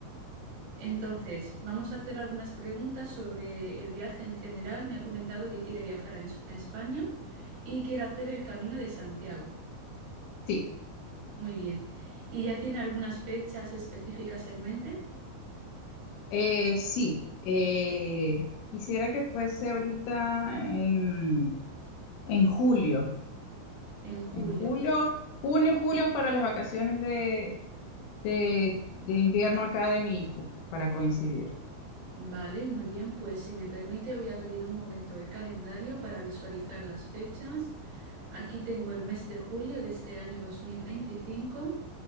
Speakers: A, on the right; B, on the left.
A: Entonces, vamos a hacer algunas preguntas sobre el viaje en general. Me ha comentado que quiere viajar a, Es- a España y quiere hacer el Camino de Santiago.
B: Sí.
A: Muy bien. ¿Y ya tiene algunas fechas específicas en mente?
B: Eh, sí, eh, quisiera que fuese ahorita en, en julio,
A: En julio.
B: en julio, junio, julio para las vacaciones de, de, de invierno acá de mi hijo, para coincidir.
A: Vale, muy bien. Pues si me permite, voy a abrir un momento el calendario para visualizar las fechas. Aquí tengo el mes de julio de este año 2025.